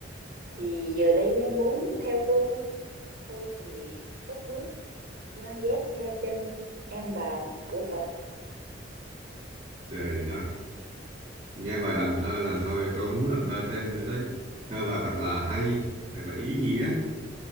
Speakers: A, on the right; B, on the right.
A: thì giờ đây anh muốn theo tu thôi thì cất bước mang dép theo chân em vào cửa Phật
B: trời đó nghe bài làm thơ là thôi tôi muốn làm thơ thêm nữa đấy thơ bà thật là hay thật là ý nghĩa